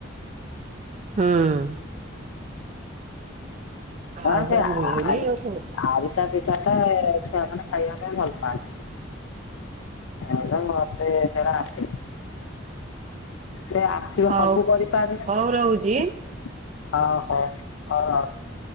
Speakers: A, on the right; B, on the left.
A: ହଁ। ଆଉ
B: ହଁ
A: କଣ
B: ସେ ଆ
A: ମିଳୁନି ଆଉ କଣ
B: ଆରିସା ପି ଚାଟେ ଛୁଆମାନୋନେ ଖାଇବା ପାଇଁ ଭଲ୍ ପାଆନ୍ତି। ଆ ମତେ ସେରା ଆସେନି। ସେ ଆସିବ
A: ହଉ
B: ସବୁ କରିପାରେନେ
A: ହଉ ରହୁଛି।
B: ଓ ହୋ ହୋଉ ହୋଉ।